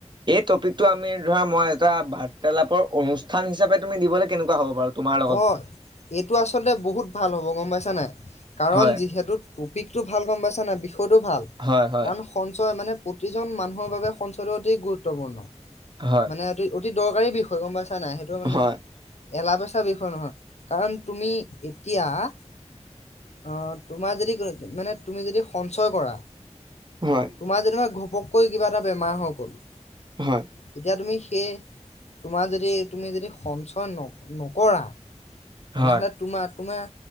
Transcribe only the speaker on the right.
এই টপিকতটো আমি ধৰা মই এটা বাৰ্তালাপৰ অনুষ্ঠান হিচাপে তুমি দিবলৈ কেনেকুৱা হ'ব বাৰু? তোমাৰ লগত
হয়
হয় হয়
হয়
হয়
হয়।
হয়।
হয়,